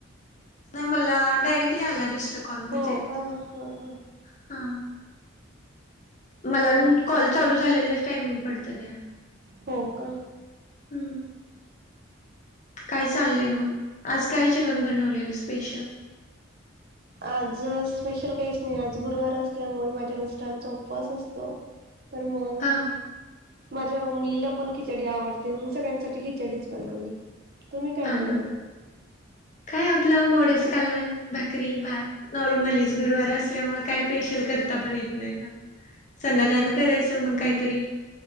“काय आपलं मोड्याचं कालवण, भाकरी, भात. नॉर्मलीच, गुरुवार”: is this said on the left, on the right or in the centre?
Left